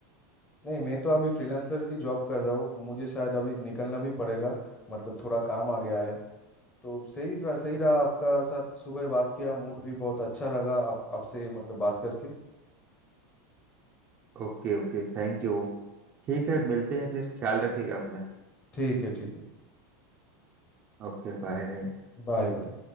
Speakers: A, on the left; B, on the right.
A: नहीं मैं तो अभी फ्रीलांसर की जॉब कर रहा हूँ मुझे शायद अभी निकलना भी पड़ेगा मतलब थोड़ा काम आ गया है तो सही रहा सही रहा आपका साथ सुबह बात किया मूड भी बहुत अच्छा लगा आप आपसे मतलब बात करके
B: Okay okay thank you ठीक है मिलते हैं फिर ख्याल रखिएगा अपना
A: ठीक है ठीक है
B: Okay bye
A: Bye bye